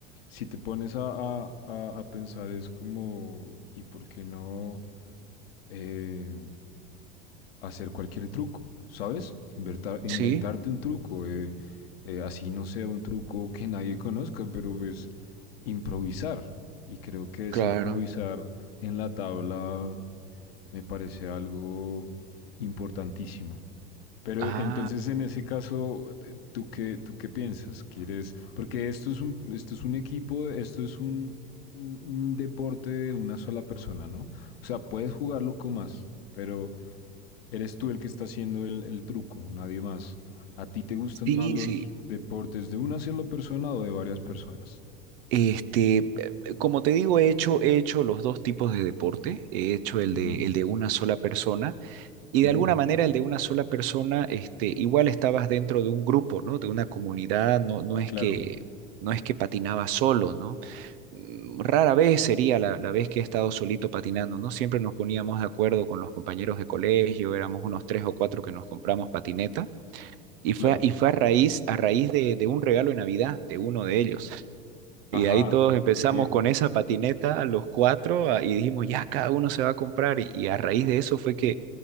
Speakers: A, on the left (about 80°); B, on the right (about 70°).
A: si te pones a, a- a- a pensar es como, ¿y por qué no eh, hacer cualquier truco? ¿Sabes? Invertar- inventarte
B: Sí,
A: un truco, eh, eh, así no sea un truco que nadie conozca, pero es improvisar. Y creo que es
B: claro.
A: improvisar en la tabla me parece algo importantísimo. Pero
B: Ah,
A: entonces en ese caso, eh, ¿tú qué, tú qué piensas? ¿Quieres? Porque esto es un, esto es un equipo, esto es un, un- un deporte de una sola persona, ¿no? O sea, puedes jugarlo con más, pero eres tú el que está haciendo el, el truco, nadie más. ¿A ti te gustan
B: sí,
A: más los
B: sí.
A: deportes de una sola persona o de varias personas?
B: Este, eh, como te digo, he hecho, he hecho los dos tipos de deporte. He hecho el
A: Ujú,
B: de, el de una sola persona Y de
A: ujú,
B: alguna manera el de una sola persona, este, igual estabas dentro de un grupo, ¿no? De una comunidad, no, no es
A: Claro,
B: que, no es que patinabas solo, ¿no? Mm, Rara vez sería la, la vez que he estado solito patinando, ¿no? Siempre nos poníamos de acuerdo con los compañeros de colegio, éramos unos tres o cuatro que nos compramos patineta, y
A: claro.
B: fue, a- y fue a raíz, a raíz de, de un regalo de Navidad de uno de ellos.
A: Ajá,
B: Y ahí todos empezamos
A: ok,
B: con esa patineta, los cuatro, a- y dijimos, ya, cada uno se va a comprar, y y a raíz de eso fue que